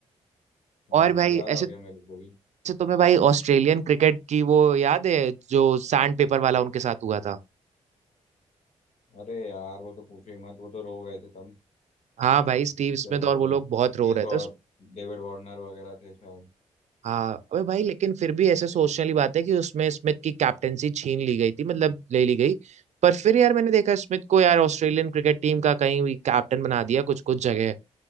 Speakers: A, on the left (about 65°); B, on the right (about 60°).
A: हाँ
B: और
A: हाँ
B: भाई
A: याद आ
B: ऐसे
A: गया मेरे को भी
B: ऐसे तुम्हें भाई ऑस्ट्रेलियन क्रिकेट की वो याद है जो सैंड पेपर वाला उनके साथ हुआ था
A: अरे यार वो तो पूछो ही मत वो तो रो गए थे तब
B: हाँ भाई स्टीव
A: क्या
B: स्मिथ
A: कहते
B: और वो
A: हैं
B: लोग बहुत
A: स्मिथ
B: रो रहे थे
A: और
B: उस-
A: डेविड वार्नर वगैरह थे शायद
B: हाँ अबे भाई लेकिन फिर भी ऐसे सोचने वाली बात है कि उसमें स्मिथ की कैप्टेंसी छीन ली गई थी मतलब ले ली गई पर फिर यार मैंने देखा स्मिथ को यार ऑस्ट्रेलियन क्रिकेट टीम का कहीं भी कैप्टन बना दिया कुछ कुछ जगह